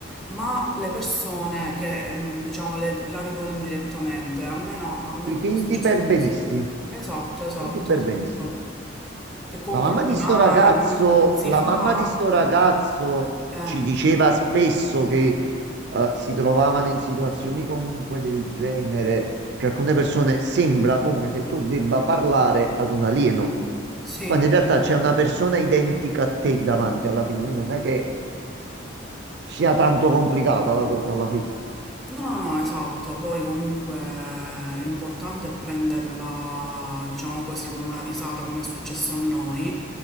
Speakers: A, in the centre; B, on the right.
A: ma le persone che, ehm, diciamo, le- la vivono indirettamente. Almeno a me
B: i finti
A: è successo
B: perbenisti.
A: così. Esatto, esatto,
B: Finti perbenisti.
A: esatto. Che comunque
B: La mamma
A: dicono,
B: di sto
A: ah,
B: ragazzo,
A: non, non si
B: la
A: fa.
B: mamma di sto ragazzo
A: Eh,
B: ci diceva spesso che eh, si trovavano in situazioni comunque del genere, che alcune persone sembra come se tu debba parlare ad un alieno,
A: sì,
B: quando in realtà
A: sì, sì.
B: c'è
A: sì.
B: una persona identica a te davanti alla fine, quindi non è che sia tanto complicata la cosa alla fine.
A: No, no, no, esatto, poi comunque eh, l'importante è prenderla, diciamo così, con una risata come è successo a noi